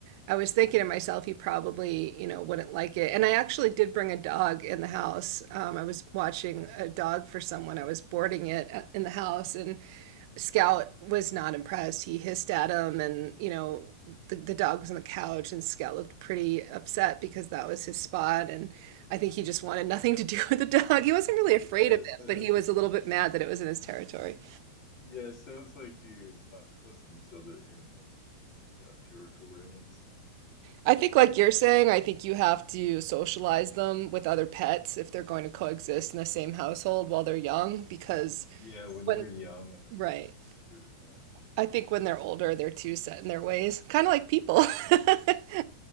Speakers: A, on the right; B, on the left.
A: I was thinking to myself he probably, you know, wouldn't like it. And I actually did bring a dog in the house. Um, I was watching a dog for someone. I was boarding it at- in the house, and Scout was not impressed. He hissed at him, and you know the, the dog was on the couch, and Scout looked pretty upset because that was his spot. And I think he just wanted nothing to do <laughs> with the dog. He wasn't really afraid
B: Yeah,
A: of
B: it's,
A: it,
B: uh,
A: but he was a little bit
B: it's-
A: mad that it was in his territory.
B: yeah, it sounds like you it's not accustomed to other animals. You got territorial and stuff.
A: I think, like you're saying, I think you have to socialize them with other pets if they're going to coexist in the same household while they're young, because
B: Yeah, when
A: when,
B: they're young and then
A: right,
B: they get used to it more.
A: I think when they're older, they're too set in their ways, kind of like people. <laughs>